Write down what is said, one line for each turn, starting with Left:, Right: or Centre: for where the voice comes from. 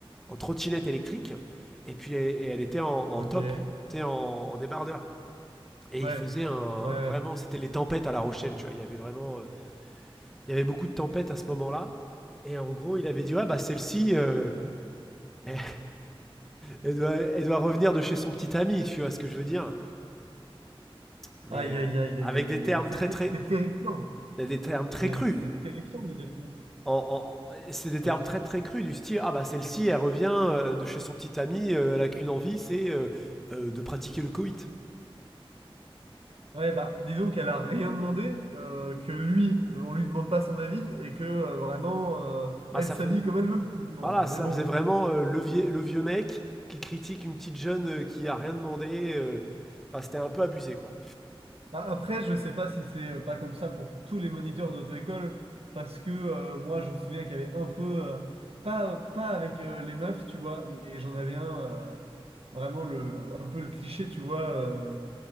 Centre: en trottinette électrique, et puis elle, et elle était en, en
Right: ok.
Centre: top, tu sais, en, en débardeur. Et il
Right: Ouais,
Centre: faisait un,
Right: ouais. ouais.
Centre: vraiment, c'était les tempêtes à La Rochelle, tu vois. Il y avait vraiment, euh, il y avait beaucoup de tempêtes à ce moment-là. Et en gros, il avait dit, ouais bah celle-ci, euh, elle, elle doit, elle doit revenir de chez son petit ami, tu vois ce que je veux dire Mais
Right: Aïe,
Centre: euh,
Right: aïe, aïe,
Centre: avec
Right: aïe, aïe,
Centre: des
Right: aïe.
Centre: termes
Right: aïe.
Centre: très
Right: C'est ter-
Centre: très,
Right: c'est terrifiant.
Centre: des termes très
Right: Mais
Centre: crus.
Right: c'est terrifiant de dire ça.
Centre: En, en- c'est des termes
Right: Ouais,
Centre: très très crus du style ah bah celle-ci elle revient euh, de chez son petit ami, euh, elle a qu'une envie, c'est euh, euh, de pratiquer le coït.
Right: Ouais, bah, disons qu'elle a rien demandé, euh, que lui, on lui demande pas son avis, et que euh, vraiment, euh,
Centre: Bah
Right: elle
Centre: ça
Right: s'habille
Centre: fais-
Right: comme elle veut, finalement.
Centre: voilà,
Right: Mais
Centre: ça
Right: bon.
Centre: faisait vraiment euh, le, vie- le vieux mec qui critique une petite jeune euh, qui a rien demandé. euh. Enfin, c'était un peu abusé quoi.
Right: A- Après, je sais pas si c'est euh, pas comme ça pour tous les moniteurs d'auto-école, parce que euh, moi, je me souviens qu'il y avait un peu. euh, pas, pas avec euh, les meufs, tu vois, mais j'en avais un. euh, vraiment le, un peu le cliché, tu vois. euh,